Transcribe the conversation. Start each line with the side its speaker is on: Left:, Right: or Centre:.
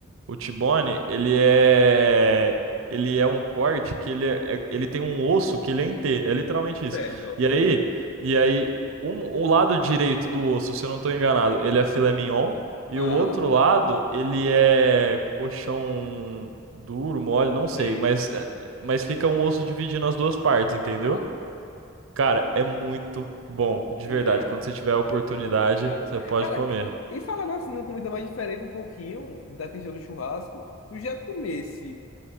Right: O T-bone, ele é ele é um corte que ele é... é- ele tem um osso que ele é em T, é literalmente
Left: Certo.
Right: isso. E aí, e aí um... o lado direito do osso, se eu não tô enganado, ele é filé mignon e
Left: Ah,
Right: o outro lado, ele é coxão duro, mole, não sei,
Left: sei.
Right: mas eh, mas fica um osso dividindo as duas partes, entendeu?
Left: Aham.
Right: Cara, é muito bom, de
Left: E
Right: verdade.
Left: é.
Right: Quando você tiver a oportunidade,
Left: Eu vou dar uma olhada.
Right: você pode
Left: Cara,
Right: comer.
Left: é- e falando assim, uma comida mais diferente um pouquinho da questão do churrasco, tu já comesse